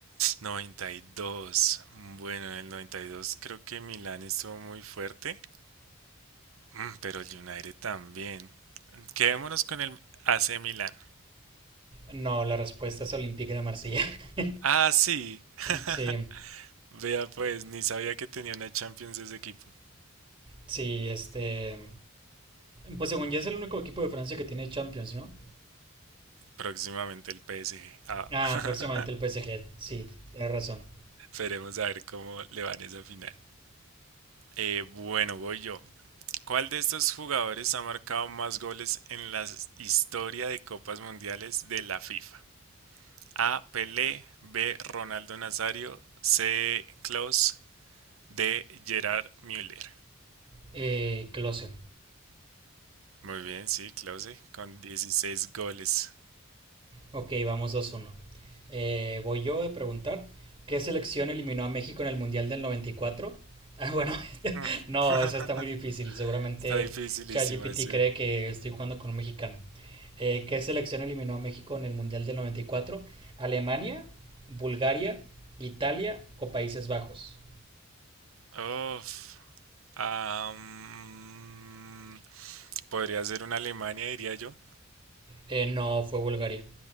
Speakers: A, on the right; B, on the right.
A: 92. Bueno, en el 92 creo que Milán estuvo muy fuerte, Mm, pero el United también. Quedémonos con el AC Milán.
B: No, la respuesta es Olympique de Marsella. <laughs>
A: Ah, sí. <laughs>
B: Sí,
A: Vea pues, ni sabía que tenía una Champions ese equipo.
B: sí, este. Pues según ya es el único equipo de Francia que tiene Champions, ¿no?
A: Próximamente el PSG. Ah,
B: Ah,
A: <laughs>
B: próximamente el PSG. Sí, tienes razón.
A: esperemos a ver cómo le van esa final. Eh, bueno, voy yo. ¿Cuál de estos jugadores ha marcado más goles en la historia de Copas Mundiales de la FIFA? A. Pelé, B. Ronaldo Nazario, C. Klaus, D. Gerard Müller.
B: Eh, Klose.
A: Muy bien, sí, Klose, con 16 goles.
B: Ok, vamos 2-1. Eh, voy yo a preguntar. ¿Qué selección eliminó a México en el Mundial del 94? Ah, bueno, <laughs>
A: Mm.
B: no, esa está muy difícil. Seguramente
A: <laughs> Está dificilísima,
B: ChatGPT
A: sí.
B: cree que estoy jugando con un mexicano. Eh, ¿qué selección eliminó a México en el Mundial del 94? ¿Alemania, Bulgaria, Italia o Países Bajos?
A: Uf. Am, podría ser una Alemania, diría yo.
B: Eh, no, fue Bulgaria.